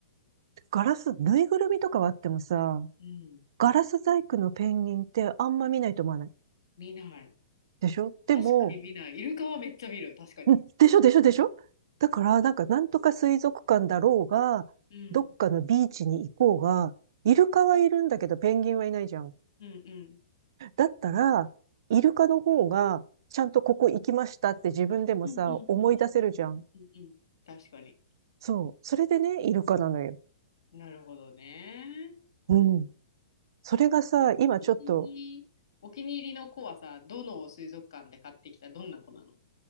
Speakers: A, on the right; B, on the left.
A: ガラス、ぬいぐるみとかはあってもさ、
B: うん。
A: ガラス細工のペンギンってあんま見ないと思わない。
B: 見ない。
A: でしょでも、
B: 確かに見ない。イルカはめっちゃ見る。確かに。
A: うんでしょでしょでしょだから、なんか、なんとか水族館だろうが、
B: うん。
A: どっかのビーチに行こうが、イルカはいるんだけど、ペンギンはいないじゃん。
B: うんうん。
A: だったら、イルカの方が、ちゃんとここ行きましたって自分でもさ、
B: うんうんうん
A: 思い出せるじゃん。
B: うんうんうん。確かに。
A: そう。それでね、イルカなのよ。
B: なるほどね。
A: うん。それがさ、今ちょっと、
B: 気にお気に入りの子はさ、どの水族館で買ってきたどんな子なの